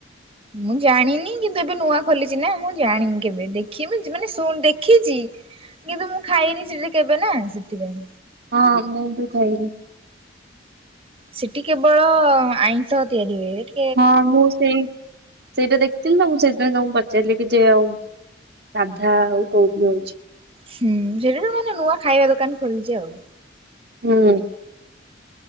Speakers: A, on the right; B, on the right.
A: ମୁଁ ଜାଣିନି କିନ୍ତୁ ଏବେ ନୂଆ ଖୋଲିଛି ନା ମୁଁ ଜାଣିନି କେବେ ଦେଖ ମୁ ମାନେ ଶୁ ଦେଖିଛି କିନ୍ତୁ ମୁଁ ଖାଇନି ସେଠି କେବେ ନା ସେଥିପାଇଁ
B: ହଁ ମୁ ବି ଖାଇ
A: ସେଠି କେବଳ ଆଇଁଷ ତିଆରି ହୁଏଠି।
B: ହଁ ମୁଁ ସେଇ ସେଇଟା ଦେଖିଥିଲି ନା ମୁଁ ସେଇଥିପାଇଁ ତମକୁ ପଚାରିଲି କି ଯଏ ଆଉ ସାଧା ଆଉ କୋଉଠି ହଉଛି?
A: ହୁଁ ସେଠାରୁ ମାନେ ନୂଆ ଖାଇବା ଦୋକାନ ଖୋଲିଛି ଆଉ
B: ହୁଁ।